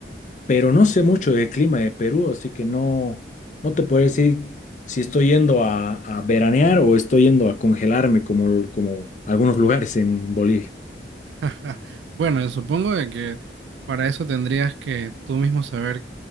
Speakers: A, on the left; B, on the right.
A: pero no sé mucho del clima de Perú, así que no, no te puedo decir si estoy yendo a, a veranear o estoy yendo a congelarme como, como algunos lugares en Bolivia.
B: <laughs> Bueno, yo supongo de que para eso tendrías que tú mismo saber